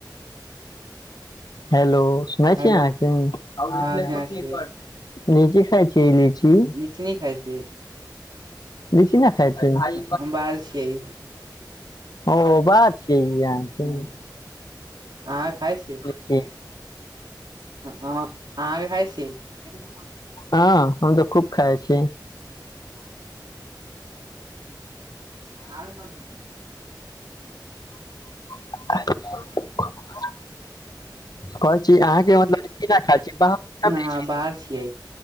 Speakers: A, on the left; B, on the right.
A: हेलो सुने
B: हेलो
A: छीय अहाँ की
B: अहाँ खाय छी
A: लीची खाई छी लीची
B: चीनी खाय छियै
A: लीची नहि खाय छीयै
B: हम बाहर छियै
A: ओ बात छिय यहाँ के
B: हूं अहाँ खाय छीय
A: छी
B: अहाँ खाय छिये <inaudible>
A: हँ हम त खूब खाई छी
B: आरो <unintelligible>
A: <inaudible> कहै छी अहाँके मतलब लीची न खाय छी बाहर न मिलै
B: हाँ
A: छै
B: बाहर छियै